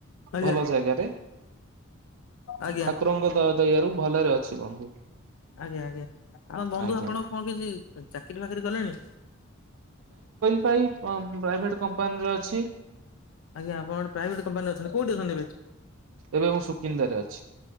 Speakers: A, on the left; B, on the right.
A: ଆଜ୍ଞା
B: ଭଲ ଜାଗାରେ।
A: ଆଜ୍ଞା।
B: ଠାକୁରଙ୍କ ଦ ଦୟଆରୁ ଭଲରେ ଅଛି ବନ୍ଧୁ।
A: ଆଜ୍ଞା ଆଜ୍ଞା! ଆ ବନ୍ଧୁ
B: ଆଜ୍ଞା
A: ଆପଣ କ'ଣ କିଛି ଚାକିରି ଫାକିରି କଲେଣି?
B: ପ୍ରାଇଭେଟ୍ କମ୍ପାନୀରେ ଅଛି।
A: ଆଜ୍ଞା! ଆପଣ ଗୋଟେ ପ୍ରାଇଭେଟ୍ କପାନୀ ରେ ଅଛନ୍ତି। କଉଠି ଅଛନ୍ତି ଏବେ?
B: ଏବେ ମୁଁ ସୁକିନ୍ଦାରେ ଅଛି।